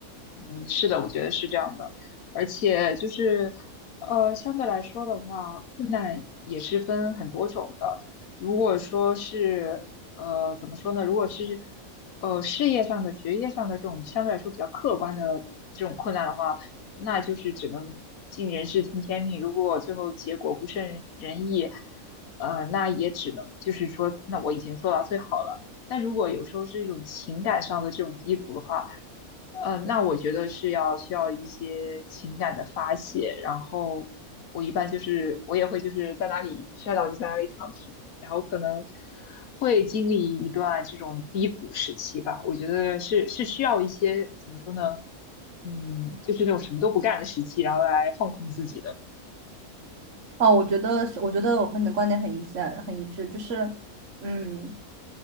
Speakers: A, on the left; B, on the right.
A: 嗯，是的，我觉得是这样的，而且就是，呃，相对来说的话，困难也是分很多种的。如果说是，呃，怎么说呢？如果是，呃，事业上的、学业上的这种相对来说比较客观的这种困难的话，那就是只能尽人事听天命。如果最后结果不甚人意，呃，那也只能就是说，那我已经做到最好了。但如果有时候是一种情感上的这种低谷的话，呃，那我觉得是要需要一些情感的发泄，然后我一般就是我也会就是在哪里摔倒就在哪里躺平，然后可能会经历一段这种低谷时期吧。我觉得是是需要一些怎么说呢？嗯，就是那种什么都不干的时期，然后来放空自己的。
B: 哦，我觉得是，我觉得我和你的观点很一致，很一致，就是，嗯。